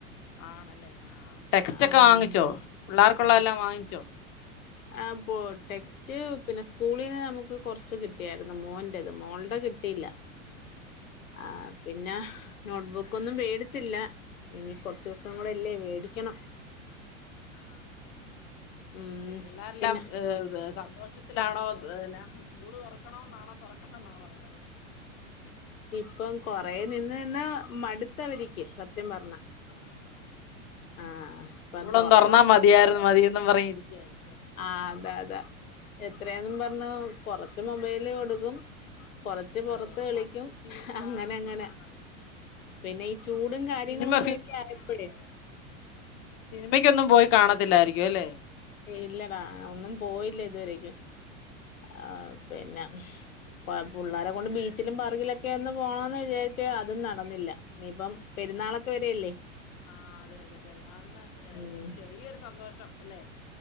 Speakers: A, on the left (about 35°); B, on the left (about 80°).
A: ആണല്ലേ ആ ടെക്സ്റ്റൊക്കെ
B: ആം,
A: വാങ്ങിച്ചോ പിള്ളേർക്കുള്ളതെല്ലാം വാങ്ങിച്ചോ
B: ആഹ് ബൂ ടെ സ്റ്റ് പിന്നെ സ്കൂളീന്ന് നമ്മുക്ക് കൊറച്ച് കിട്ടിയാരുന്നു മോന്റേത് മോളുടെ കിട്ടിയില്ല ആഹ് പിന്നെ നോട്ട് ബുക്കൊന്നും മേടിച്ചില്ല ഇനി കൊറച്ച് ദിവസം
A: ആഹ്
B: കൂടെ ഇല്ലേ മേടിക്കണം
A: ആഹ്
B: ഉം
A: പിള്ളേരെല്ലാം
B: പിന്നെ
A: ഏ സന്തോഷ ത്തിലാണോ എന്നാ സ്കൂള് തൊറക്കണോന്നാണോ തൊറക്കണ്ടന്നാണോ പറയുന്നേ
B: ഇപ്പൊ കൊറെ നിന്ന് നിന്ന് മടുത്ത് അവരിക്ക് സത്യം പറഞ്ഞാ
A: ആഹ്
B: ആഹ് ഇപ്പം
A: സ്കൂളൊന്ന്
B: തൊറന്നാ
A: തുറന്നാ മതിയായിരുന്നു മതീന്ന് പറയാൻ ഇരിക്കായിരുന്നു
B: ആഹ് അതാ അതാ എത്രയാന്നും പറഞ്ഞാ കൊറച്ച് മൊബൈല് കൊടുക്കും കൊറച്ച് പുറത്ത്
A: അതെ
B: കളിക്കും
A: ടി വി
B: അങ്ങനെ
A: കാണും
B: അങ്ങനെ
A: ആഹ് ആഹ്
B: പിന്നെ ഈ ചൂടി കാര്യങ്ങളും
A: സിനിമ
B: കൂടെ ഒക്കെ ആയപ്പഴേ
A: സിനിമയ്ക്കൊന്നും പോയി കാണത്തില്ലായിരിക്കും അല്ലേ
B: ഇല്ലടാ ഒന്നും പോയില്ല ഇതുവരെക്കും ആ പിന്നെ പാ പുള്ളാരെ കൊണ്ട് ബീച്ചിലും പാർക്കിലൊക്കെ ഒന്ന് പോണോന്ന് വിചാരിച്ചു അതും നടന്നില്ല ഇനി ഇപ്പം പെരുന്നാളൊക്കെ വെരുവല്ലേ
A: ആഹ് അതെ അതെ പെരുന്നാളിന് ഏ
B: ഉം
A: ചെറിയൊരു സന്തോഷം അല്ലേ